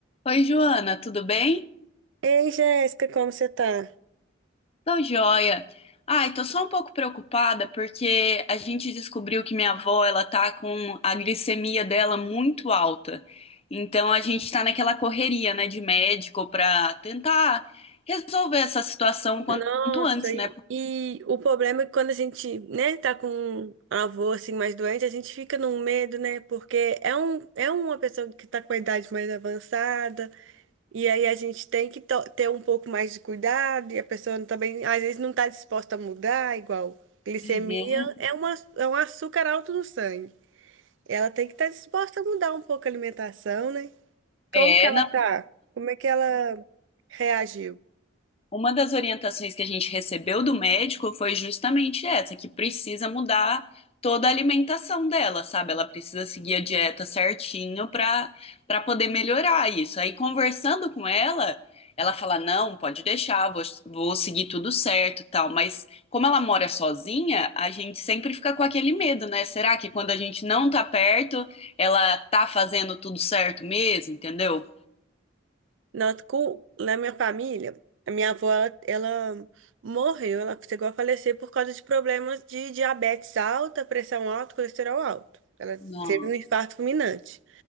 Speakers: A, on the left; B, on the right.
A: Oi, Joana, tudo bem?
B: Ei, Jéssica, como você tá?
A: Tô joia. Ai, tô só um pouco preocupada porque a gente descobriu que minha avó, ela tá com a glicemia dela muito alta. Então a gente tá naquela correria, né, de médico pra tentar resolver essa situação o quanto
B: Nossa,
A: antes, né?
B: e, e o problema é que quando a gente, né, tá com um avô assim mais doente, a gente fica num medo, né? Porque é um, é uma pessoa que tá com a idade mais avançada, e aí a gente tem que to- ter um pouco mais de cuidado, e a pessoa também às vezes não tá disposta a mudar, igual glicemia
A: Uhum.
B: é uma, é um açúcar alto no sangue. Ela tem que estar disposta a mudar um pouco a alimentação, né? Como
A: É,
B: que ela
A: não,
B: tá? Como é que ela reagiu?
A: Uma das orientações que a gente recebeu do médico foi justamente essa, que precisa mudar toda a alimentação dela, sabe? Ela precisa seguir a dieta certinho para para poder melhorar isso. Aí conversando com ela, ela fala: "Não, pode deixar, vou, vou seguir tudo certo, e tal". Mas como ela mora sozinha, a gente sempre fica com aquele medo, né? Será que quando a gente não tá perto, ela tá fazendo tudo certo mesmo, entendeu?
B: Noto com, na minha família, a minha avó, ela, ela morreu, ela chegou a falecer por causa de problemas de diabetes alta, pressão alta, colesterol alto. Ela
A: Nossa.
B: teve um infarto fulminante.